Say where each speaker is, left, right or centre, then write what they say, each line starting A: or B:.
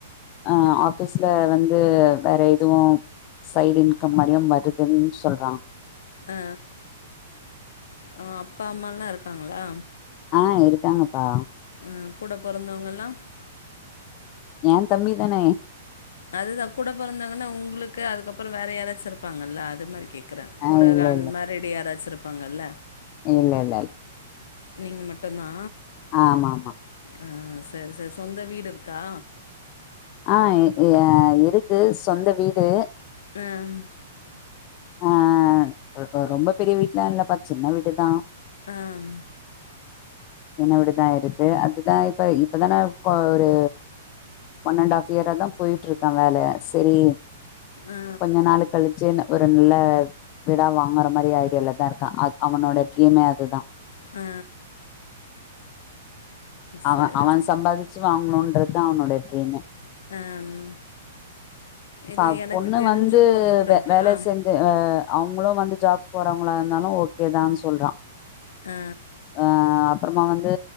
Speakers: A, on the left (about 25°); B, on the left (about 75°).
A: அ ஆஃபீஸ்ல வந்து வேற எதுவு சைட் இன்கம் மாரியு வருதுன் சொல்றா
B: அ ஆ அப்பா அம்மாலா இருக்காங்களா
A: ஆ இருக்காங்கப்பா
B: ஆ கூட பொறந்தவங்கல்லா
A: ஏந்தம்பி தான
B: அதுதா கூட பொறந்தவங்கன்னா உங்களுக்கு அதுக்கப்பறோ வேற யாராச்சு இருப்பாங்கல்ல அது மாரி கே க்றே
A: ஆ
B: கூட
A: இல்லை
B: எதா அன்மேரிட் யாராச்சு இருப்பாங்கல்ல
A: இல்லல்ல இல்
B: நீங்க மட்டுந்தா
A: ஆமா ஆமா
B: ஆ சரு சர் சொந்த வீடு இருக்கா
A: ஆ ஏ இருக்கு சொந்த வீடு
B: ம்
A: ஆ அ ரொ ரொம்ப பெரிய வீட்டுலா இல்லப்பா சின்ன வீடுதா
B: அம்
A: சின்ன வீடுதா இருக்கு அதுதா இப்ப இப்பதான இப்ப ஒரு ஒன் அண்ட் ஹாஃப் இயரா தா போயிட்ருக்கா வேல செரி
B: ஆ
A: கொஞ்ச நாளு கழிச்சுன ஒரு நில்ல விடா வாங்கற மாரி ஐடியால தா இருக் கா அத் அவனோட ட்ரீமே அதுதா
B: அ
A: அவ
B: சரி
A: அவ சம்பாதிச்சு வாங்கணுன்ற தா அவனோட ட்ரீமே
B: ஆம் இல்ல
A: ப
B: எனக்கு
A: பொண்ணு
B: தெரிஞ்ச
A: வந்து
B: பொண்ணு கூட
A: வ
B: இருக்கு
A: வேலை
B: ஆ
A: சேந் து அ அவங்களு வந்து ஜாப் போறவங்களா இருந்தாலு ஓக்கேதான் சொல்றா
B: அ
A: ஆ அப்பறமா வந்து